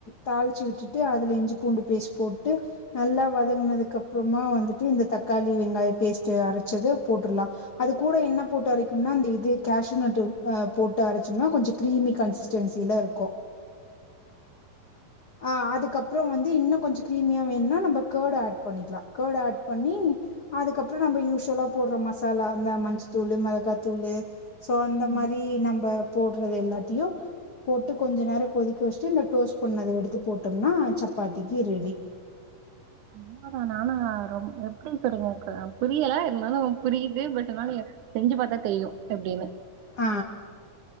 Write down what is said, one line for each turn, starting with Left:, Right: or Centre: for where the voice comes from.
Left: தாளிச்சி விட்டுட்டு அதுல இஞ்சி பூண்டு பேஸ்ட் போட்டு நல்லா வதங்கினதுக்கு அப்புறமா வந்துட்டு இந்த தக் க்காளி வெங்காயம் பேஸ்ட் அரைச்சத போட்றலா அது கூட என்ன போட்டு அரைக்கும்னா அந்த இது கேசுநட் போட்டு அரைச்சோம்னா கொஞ்சோ கிரீமி கன்சிஸ்டன்சில இருக்கு ஆஹ் அதுக்கப் றோ வந்து இன்னு கொஞ்சோ கிரீமியா வேணும்னா நம்ம ஆட் பண்ணிக்கலாம் கேர்ட் ஆட் பண்ணி அதுக்கப்றோ நம்ம யூசுவலா போடுற மசாலா இந்த மஞ்சத்தூளு மிளகாத்தூளு சோ அந்த
Right: ம்
Left: மாரி நம்ம போடுறது எல்லாத்தையு போட்டு கொஞ்ச நேரோ கொதிக்க வச்சிட்டு இந்த டோஸ் பண்ணத எடுத்து போட்டம்னா சப்பாத்திக்கு ரெடி
Right: <unintelligible> என்ன <unintelligible> ரொம் எப்டி சொல்லி ங்க புரியல இருந்தாலு புரியுது பட்டானாலு செஞ்சு பாத்தா தெரியு எப்டின்னு
Left: ஆ